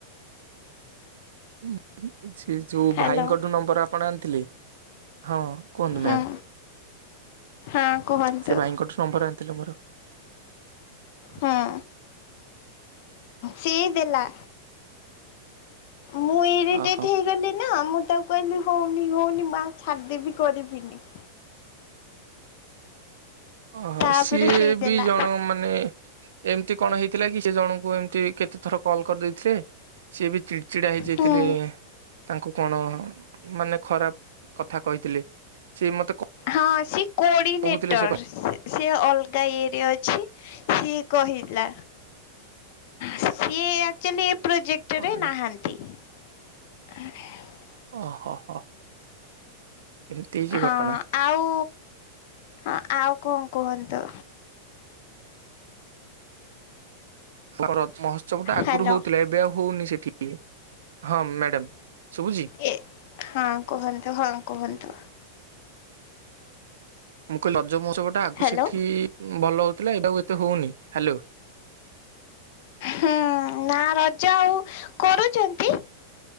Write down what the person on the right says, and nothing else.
ହୁଁ। <unintelligible> ଏ ଯୋଉ
ଭାଇଙ୍କଠୁ ନମ୍ବର ଆପଣ ଆ ଥିଲେ ହଁ। କୁହନ୍ତୁ
ମ୍ୟାମ୍।
ସେ ଭାଇଙ୍କଠୁ ନମ୍ବର ଆଣିଥିଲେ ମୋର? <unintelligible>
ଓହୋ
ଅହୋ
ସିଏ
ବି ଜଣ ମାନେ ଏମିତି କଣ ହେଇଥିଲା କି? ସେ ଜଣଙ୍କୁ ଏମତି କେତେ ଥର କଲ କରିଦେଇଥିଲେ ସିଏ ବି ଚ ଚିଡା ହେଇଯାଇଥିଲେ।
ତାଙ୍କୁ କଣ ମାନେ ଖରାପ କଥା କହିଥିଲେ ସେଏ ମତେ
କହୁଥିଲେ ସେ
କଣ
ଓହୋ ଏମିତି ହେଇଛି
ଘଟଣା
ମହୋତ୍ସବ ଟା ଆଗରୁ
ହଉଥିଲା? ଏବେ ଆଉ ହଉନି ସେଠି? ହଁ ମ୍ୟାଡାମ ଶୁଭୁଛି?
ମୁଁ କହିଲ ରଜ ମହୋତ୍ସବ ଟା ଆଗୁ
ସେଠି ଭଲ ହଉଥିଲା ଏଇ ଟା ତ ହଉନି ହ୍ୟାଲୋ।